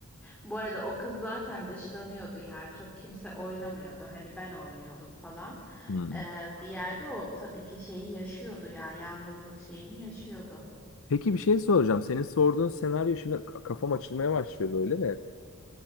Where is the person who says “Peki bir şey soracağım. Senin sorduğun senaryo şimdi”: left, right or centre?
Left